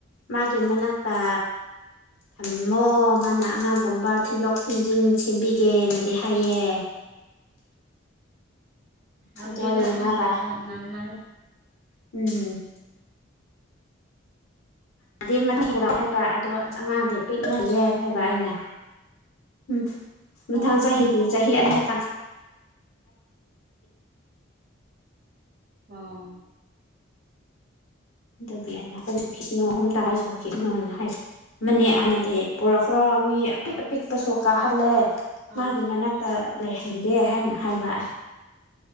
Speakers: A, on the left; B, on the right.
A: ꯃꯥꯒꯤ ꯃꯅꯥꯛꯇ ꯊ ꯃꯣ ꯃꯥꯅ ꯑꯉꯥꯡꯒꯨꯝꯕ ꯊꯤꯟꯗꯣꯛ ꯊꯤꯟꯖꯤꯟ ꯁꯦꯝꯕꯤꯒꯦꯅꯗꯤ ꯍꯥꯏꯌꯦ
B: ꯑꯔꯤꯗ
A: ꯑꯗꯣ ꯌꯦꯡꯉꯒ
B: ꯉ ꯉꯥꯟꯃꯜ
A: ꯎꯝꯝ ꯗꯤ ꯃꯊꯤꯨꯔ ꯍꯥꯏꯕ ꯑꯗꯣ ꯑꯁ ꯑꯉꯥꯡꯗꯤ ꯄꯤꯛꯅꯅꯤꯦ ꯍꯥꯏꯕ ꯑꯩꯅ ꯎꯝ ꯃꯊꯪ
B: ꯍꯣꯏ
A: ꯆꯍꯤꯗꯤ ꯆꯍꯤ ꯑꯅꯤ ꯇꯥꯡ
B: ꯑꯣ <unintelligible> <inaudible>
A: ꯑꯗꯨꯒꯤ ꯑꯩꯅ ꯑꯍꯨꯝꯁꯨ ꯈꯤꯠꯅꯤꯉꯣ ꯑꯍꯨꯝ ꯇ ꯑꯩꯁꯨ ꯈꯤꯠꯅꯣꯅ ꯍꯥꯏꯕ ꯃꯅꯦ ꯑꯍꯟꯅꯗꯤ ꯄꯔꯛꯈ꯭ꯔꯣ ꯃꯤ ꯑꯄꯤꯛ
B: ꯍꯣꯏ
A: ꯑꯄꯤꯛꯄꯁꯨ ꯀꯥꯍꯜꯂꯦ ꯃꯥꯒꯤ
B: ꯑꯥ
A: ꯃꯅꯥꯛꯇ ꯂꯩꯍꯟꯒꯦ ꯍꯥꯏꯅ ꯍꯥꯏꯕ